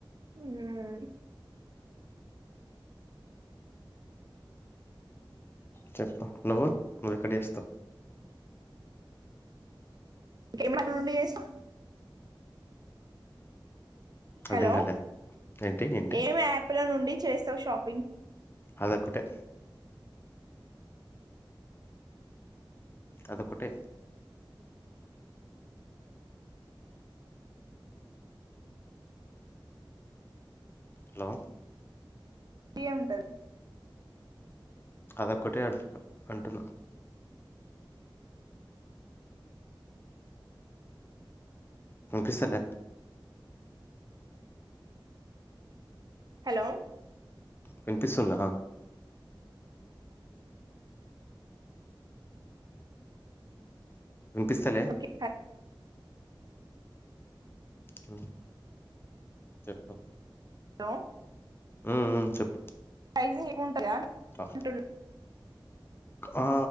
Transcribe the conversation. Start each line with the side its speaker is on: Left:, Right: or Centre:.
Right: ఇంకేం
Left: చెప్పు నువ్వు నువ్వెక్కడ చేస్తావ్?
Right: <unintelligible> యాప్ నుండి చేస్తా హలో
Left: అర్థం కాలే ఏంటి ఏంటి
Right: ఏం యాప్ లో నున్ డి చేస్తావు షాపింగ్
Left: అదొక్కటే అదొక్కటే హలో
Right: యే ఉంటద్
Left: అదొక్కటే అంటున్నా, అంటున్నా. పోపిస్తలే
Right: హలో
Left: వినిపిస్తుందా? వినిపిస్తలే?
Right: ఓకే
Left: హ్మ్ చెప్పు
Right: హలో
Left: మ్మ్ మ్మ్ చెప్పు
Right: ప్రైస్ <inaudible> టాయా
Left: ఆ,
Right: అంటున్నా
Left: ఆ